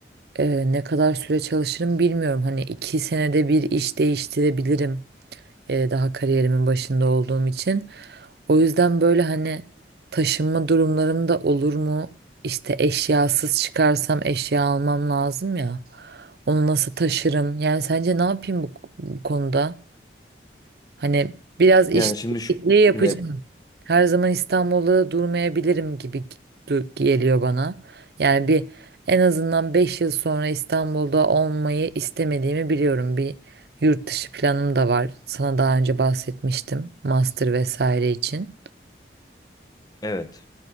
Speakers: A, on the right; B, on the left.
A: e, ne kadar süre çalışırım bilmiyorum hani iki senede bir iş değiştirebilirim e, daha kariyerimin başında olduğum için. O yüzden böyle hani taşınma durumlarım da olur mu? İşte eşyasız çıkarsam eşya almam lazım ya. Onu nasıl taşırım? Yani sence ne yapayım bu, bu konuda? Hani biraz iş
B: Yani şimdi şu
A: değişikliği yapacağım.
B: güne
A: Her zaman İstanbul'da durmayabilirim gibi du- geliyor bana. Yani bir en azından 5 yıl sonra İstanbul'da olmayı istemediğimi biliyorum. Bir yurt dışı planım da var. Sana daha önce bahsetmiştim. Master vesaire için.
B: evet.